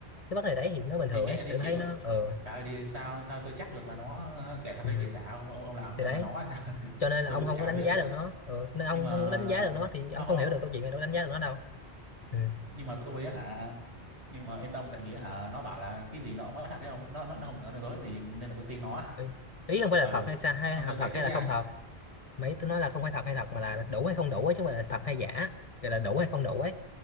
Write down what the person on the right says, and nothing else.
thì kệ
đi
chịu
trời ơi, thì sao sao tôi chắc được là nó kẻ thật
hay kẻ giả ông ông ông làm như
ông
là nó hay sao <laughs>
tôi
cũng
chả
biết
nữa
nhưng
mà
không không
nhưng mà tôi á hả nhưng mà yên tâm tại vì á hả nó bảo là cái gì nó cũng nói thật đấy không nó nó, nó không có nói dối gì nên là tôi tin nó
ừ
xong
tôi kể
tiếp
nha